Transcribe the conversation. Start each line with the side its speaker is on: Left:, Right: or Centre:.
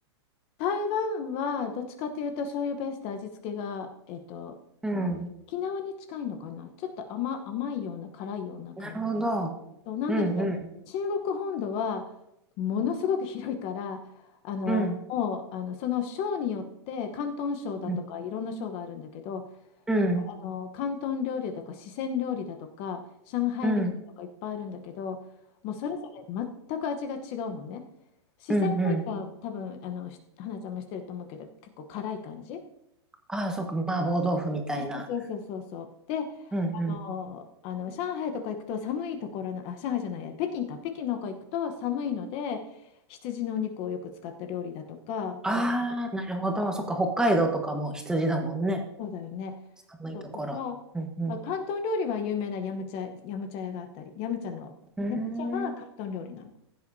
Left: 台湾はどっちかというと醤油ベースで味付けが、えっと、
Centre: うん。
Left: 沖縄に近いのかな。ちょっと甘、甘いような辛いような感じ。
Centre: なるほど。
Left: そうなんだけど中国本土はものすごく広いからあのもうあのその省によって広東省だとかいろんな省があるんだけど
Centre: うんうんうんうんうん
Left: あの広東料理だとか四川料理だとか上海料理とかいっぱいあるんだけどもうそれぞれ全く味が違うのね
Centre: うん
Left: 四川料理は多分あのし花ちゃんもしてると思うけど結構辛い感じ
Centre: うんうん。ああ、そっか、麻婆豆腐みたいな。
Left: そうそうそうそうそうであのあの上海とか行くと寒いところのあ上海じゃないや北京か北京の方行くと寒いので羊のお肉をよく使った料理だとか
Centre: うんうんああ、なるほど。そっか、北海道とかも羊だもんね。
Left: そうだよね。
Centre: 寒いところ。
Left: そうとか、
Centre: うんうん。
Left: あ、広東料理は有名なヤムチャ、ヤムチャ屋があったり、ヤムチャの、
Centre: うー
Left: ヤムチャは広東料理なの。
Centre: ん。